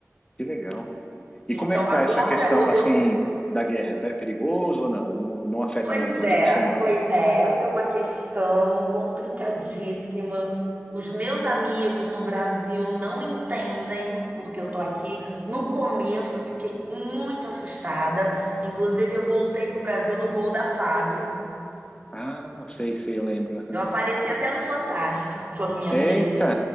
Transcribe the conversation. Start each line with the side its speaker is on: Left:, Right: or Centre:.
Left: que legal. E
Right: Então,
Left: como é que tá
Right: agora
Left: essa questão, assim,
Right: eu
Left: da guerra? Tá- É perigoso ou não? Não, não afeta
Right: Pois
Left: muito onde
Right: é,
Left: você mora?
Right: pois é, essa é uma questão complicadíssima. Os meus amigos no Brasil não entendem porque eu tô aqui. No começo eu fiquei muito assustada. Inclusive, eu voltei pro Brasil no voo da FAB.
Left: Ah, sei, sei, eu lembro. aham.
Right: Eu apareci até no Fantástico <laughs> quando minha filha
Left: Eita!
Right: me